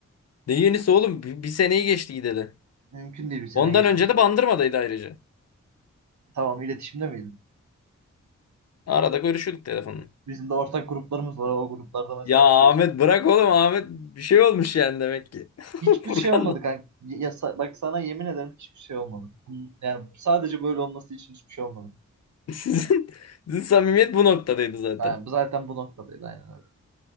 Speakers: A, on the left; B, on the right.
A: Ne yenisi oğlum? Bir, bir seneyi geçti gideli.
B: Mümkün değil bir seneye
A: Ondan
B: geçmesi.
A: önce de Bandırma'daydı ayrıca.
B: Tamam iletişimde miydin?
A: Arada görüşüyorduk telefonla.
B: Bizim de ortak gruplarımız var. O gruplarda mesajlaşıyoruz.
A: Ya Ahmet bırak oğlum Ahmet bir şey olmuş yani demek ki. <laughs>
B: Hiçbir
A: Furkan'la
B: şey olmadı kanka. Ya, sa- bak sana yemin ederim hiçbir şey olmadı. Bunun- Yani sadece böyle olması için hiçbir şey olmadı.
A: sizin, sizin samimiyet bu noktadaydı zaten.
B: Yani bu zaten bu noktadaydı aynen öyle.